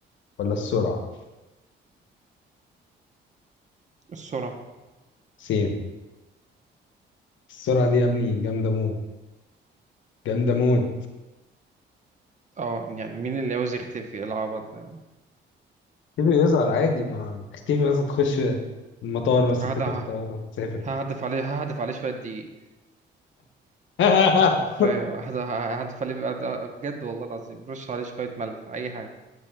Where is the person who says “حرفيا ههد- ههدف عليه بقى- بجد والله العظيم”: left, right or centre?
Right